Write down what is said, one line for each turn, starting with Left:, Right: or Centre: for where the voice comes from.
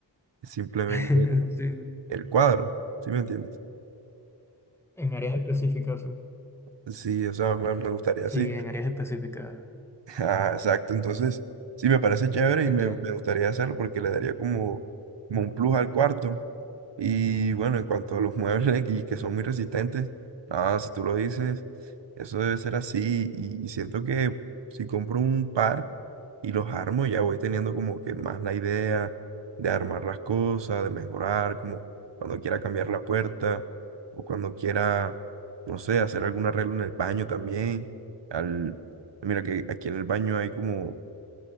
Right: simplemente
Centre: <laughs> Sí,
Right: el cuadro. ¿Sí me entiendes?
Centre: en áreas específicas. Sí,
Right: Sí, o sea, me, me gustaría,
Centre: Sí,
Right: sí.
Centre: en
Right: <laughs>
Centre: áreas específicas,
Right: Ah, exacto. Entonces, sí, me parece chévere
Centre: entiendo.
Right: y me, me gustaría hacerlo porque le daría como, como un plus al cuarto. Y bueno, en cuanto a los muebles y que son muy resistentes, nada, si tú lo dices, eso debe ser así. Y, y siento que si compro un par y los armo, ya voy teniendo como que más la idea de armar las cosas, de mejorar, como cuando quiera cambiar la puerta o cuando quiera, no sé, hacer algún arreglo en el baño también. Al, mira que aquí en el baño hay como